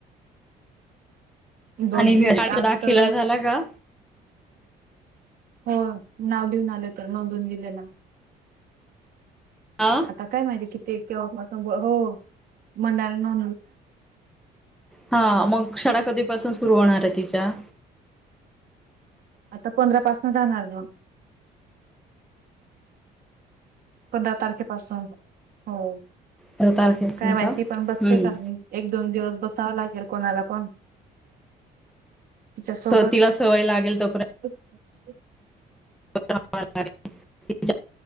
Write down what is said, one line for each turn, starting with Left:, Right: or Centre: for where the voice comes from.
Right: दोघी
Centre: आणि शाळेचा
Right: आता
Centre: दाखिला झाला का
Right: हो नाव लिहून त्यात नोंदवून दिलेला
Centre: हा
Right: आता काय माहिती किती कव्हापसून बो हो म्हनायल ना
Centre: हा मग शाळा कधीपासून सुरु सुर होणार आहे तिच्या
Right: आता पंधरा पासन जाणार म पंधरा तारखे पासून हो
Centre: तर तारखेपासून
Right: काय माहित
Centre: का हम्म
Right: ती पण बसते का नाही एक दोन दिवस बस जावं लागेल कोणाला पण तिच्या सोबत
Centre: स तिला सवय लागेल तोपर्यंत.
Right: <inaudible>
Centre: <unintelligible>